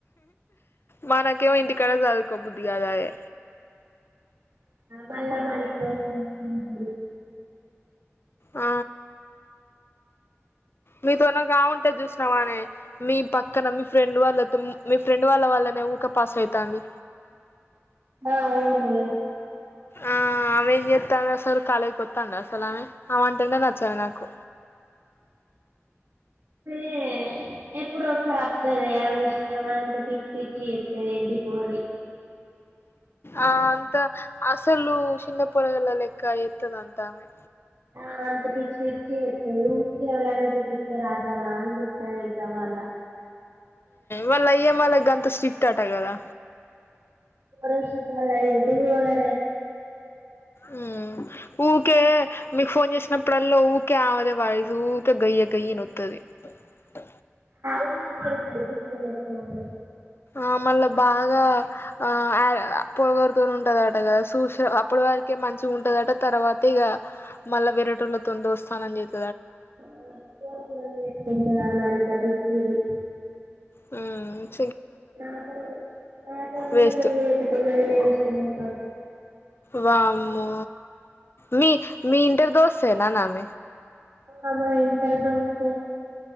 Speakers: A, on the left; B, on the right.
A: మా నాకేమో ఇంటి కడ చదుకో బుద్ధగాదదే
B: మళ్ళా మనకి దోస్తూలు ఉంటారు.
A: ఆ మీతోన కామే ఉంటేది చూసినావా అనే మీ పక్కన మీ ఫ్రెండ్ వాళ్ళతో మీ ఫ్రెండ్ వాళ్ళ వాళ్ళ ఊకే పాస్ అయితాంది
B: ఆ అవునే
A: ఆ ఆ ఆమె ఏం చేతంది అసలు కాలేజీ కొస్తా అండి అసలు ఆమె అమె అంటంనే నచ్చాది నాకు
B: ఏ ఎప్పుడో ఒకసారి స్తలేేమ్ ఇష్టమంత పిచ్చి పిచ్చి చేతదే ఏడ్డిపోరి
A: ఆ అంత అసలు చిన్న పొరగాల్ల లేక్క చేత్తది అంతమమె
B: ఆ అంత పిచ్చి పిచ్చి ఎస్తది ఇవకివళనా చూపి ఇతారు అదమ్మా అంద అ ఎగ్జామ్ హాల్ల
A: వాళ్ళ అయ్య మళ్ళ గంత స్ట్రిక్ట్ ఆట్గదా
B: వాళ్ళ అయ్యా స్ట్రిక్ట్ ఎటు తోలడే
A: ఉం ఊరికే మీకు ఫోన్ చేసినప్పుడల్లా ఊరికే ఆమెద వాయిసు ఊకే గయ్య గయ్యి ఇనోత్తది ఆ
B: ఊ తడి పూల ఎ <inaudible>
A: ఆ మళ్ళా బాగా ఆ పోగొరుతూనే ఉంటది అట కదా చూస అప్పుడు వారికే మంచిగా ఉంటదట తర్వాత ఇగా మళ్ళ వేరేటోళ్లతోని దోస్తాన్ అని జే
B: ఆ ఘోరంగా లొల్లి పెట్టుకుంటది ఆమె అంత పిచ్చిది
A: హ్మ్మ్
B: నా తను కూడా నా తను
A: వేస్ట్
B: కూడా లొల్లి పెట్టుకున్నాడు వెస్ట్ మొకం
A: వామ్మో మీ మీ ఇంటర్ దోస్తనా నామ
B: ఆమ ఇంటర్ దోస్తు